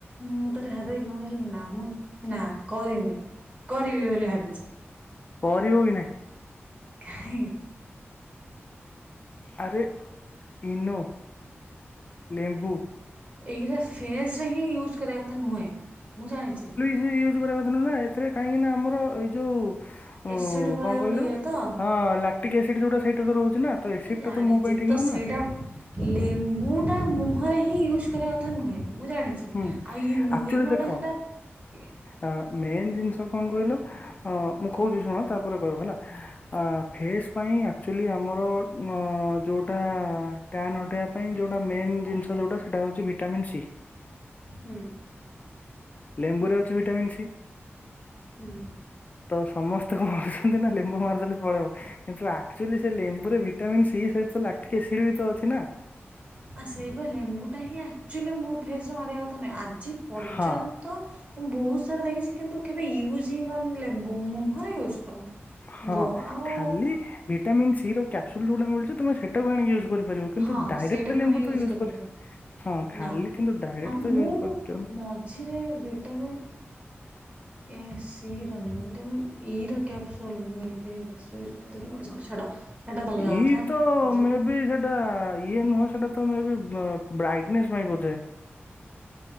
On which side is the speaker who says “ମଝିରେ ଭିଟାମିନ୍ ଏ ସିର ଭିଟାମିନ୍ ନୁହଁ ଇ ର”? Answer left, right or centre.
Right